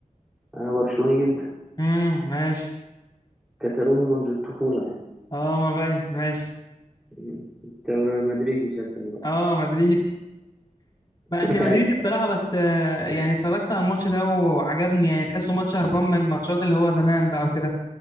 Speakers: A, in the centre; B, on the left.
A: أنا برشلوني جدا
B: امم ماشي
A: كتالوني منذ الطفولة يعني
B: اه ما باين ماشي
A: م. أنت مدريدي شكلك بقى
B: اه مدريدي مع اني مدريدي
A: <laughs> أيوة
B: بصراحة بس آه، يعني اتفرجت على الماتش ده وعجبني يعني تحسه ماتش هربان من الماتشات اللي هو زمان بقى وكده